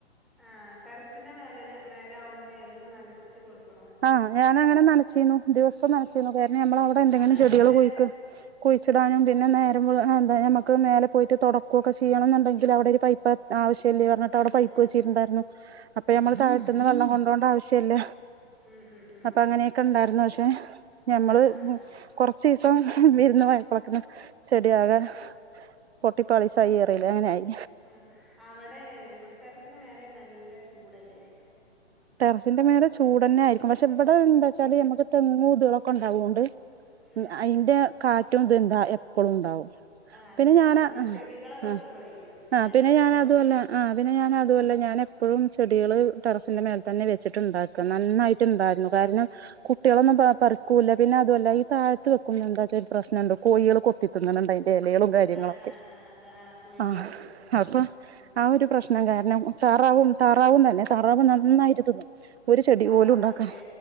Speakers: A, in the centre; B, on the right.
A: ആഹ് ടെറസിന്റെ മേലെല് മേലെ ആവുമ്പോ എന്നും നനച്ചു കൊടുക്കും.
B: ആഹ് ഞാന് അങ്ങനെ നനച്ചിരുന്നു ദിവസം നനച്ചിരുന്നു കാരണം ഞമ്മള് അവിടെ എന്തെങ്കിലും
A: ആഹ് നല്ല
B: ചെടികൾ കുഴിക്ക പിടിച്ചിടാനും
A: ആഹ്
B: പിന്നെ നേര വേ ന്താ നമ്മക്ക് മേലെ പോയിട്ട് തൊടക്ക് ഒക്കെ ചിയ്യണം ന്നുണ്ടെങ്കില് അവടെ ഒരു പൈപ്പ് അ ആവശ്യല്ല പറഞ്ഞിട്ട്
A: ഉം
B: അവിടെ
A: ഉം
B: പൈപ്പ്
A: ഉം
B: വെച്ചിട്ടുണ്ടായിരുന്നു
A: ഉം
B: അപ്പൊ
A: ഉം
B: നമ്മൾ
A: ഉം
B: താഴത്തുനിന്ന്
A: ഉം
B: വെള്ളം കൊണ്ടോരണ്ട ആവശ്യമില്ല
A: ഉം ഉം ഉം
B: അപ്പൊ അങ്ങനെയൊക്കെ
A: അതെ
B: ണ്ടാർന്നു പക്ഷെ ഞമ്മള്
A: ആഹ് ആഹ്
B: കൊറച്ചീസ ഇപ്പം വിരുന്ന് പോയപ്പൊളോക്കേ ചെടിയാകെ പൊട്ടിപ്പാളിസായിറീലേ അങ്ങനെ ആയി.
A: ആഹ് അവ്ടെ ന് ടറസിന്റെ മേലെ നല്ല ചൂടല്ലേ
B: ടറസിന്റെ മേലെ ചൂടന്നെ ആരിക്കും പക്ഷെ ഇവ്ടെ എന്താച്ചാല് ഞമ്മക്ക് തെങ്ങും ഇത്കളൊ ക്കെ ഉണ്ടാവൊണ്ട്
A: ഉം
B: അയ്ന്റെ കാറ്റും ഇത് എന്താ എപ്പളും ഉണ്ടാവും.
A: ആഹ് അല്ല
B: പിന്നെ ഞാനാ
A: ഇങ്ങനെ
B: ആഹ്
A: ചെടികളൊക്കെ
B: ആഹ്
A: വെക്കുമ്പോളേ മേലെ
B: ആഹ് പിന്നെ
A: വെക്കുമ്പോ
B: ഞാനതുവല്ല ആഹ് പിന്നെ ഞനതുവല്ല
A: ഉം
B: ഞാനെപ്പഴും ചെടികള് ടറസിന്റെ മേ തന്നെ വെച്ചിട്ട്ണ്ടാക്ക നന്നായിട്ട്ണ്ടാരുന്നു കാരണം കുട്ടികളൊന്നും പറിക്കൂല്ല പിന്നെ അതുവല്ല ഈ താ ഴത്ത് വെക്കുമ്പ എന്താച്ച ഒര് പ്രശ്നംണ്ട് കോയികള് കൊത്തിത്തിന്ന്ണ് ണ്ട് അയ്ന്റെ എലകളും കാര്യങ്ങളുംക്കെ.
A: ആഹ് ആഹ് ആഹ് അത് കോഴികൾ
B: ആഹ്
A: തിന്നും
B: അപ്പം
A: ഉം
B: ആ
A: ഉം
B: ഒര് പ്രശ്നം കാരണം താറാവും താറാവും തന്നെ താറാവ് നന്നായി ത്തിതിന്നും ഒര് ചെടി
A: താറാവൊക്കെ
B: പോലും ഉണ്ടാക്കാൻ
A: ഉണ്ടില്ലേ